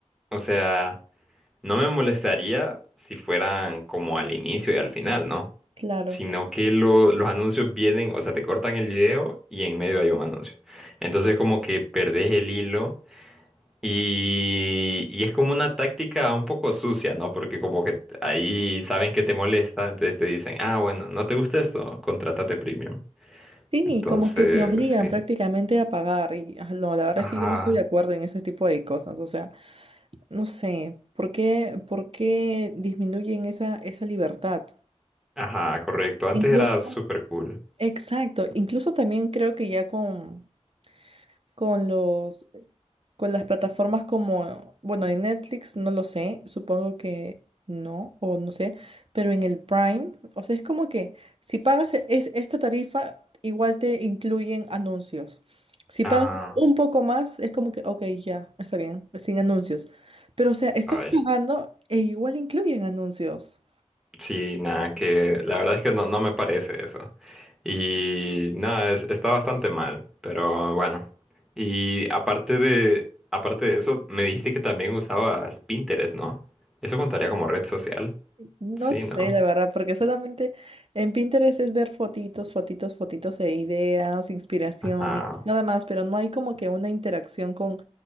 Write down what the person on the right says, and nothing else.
Claro.
Sí,
y como que te obligan
prácticamente a pagar. Y ah, no, la verdad
es que yo no estoy de acuerdo en ese tipo de cosas. O sea, no sé, ¿por qué, por qué disminuyen esa, esa libertad?
Incluso,
exacto, incluso también creo que ya con, con los Con las plataformas como, bueno, en Netflix no lo sé, supongo que no, o no sé, pero en el Prime, o sea, es como que si pagas e- es, esta tarifa, igual te incluyen anuncios. Si
pagas un poco más, es como que, ok, ya, está bien, sin anuncios. Pero, o sea, estás
pagando e igual incluyen anuncios.
No
sé,
la verdad, porque solamente en Pinterest es ver fotitos, fotitos, fotitos de ideas, inspiraciones,
nada más, pero no hay como que una interacción con,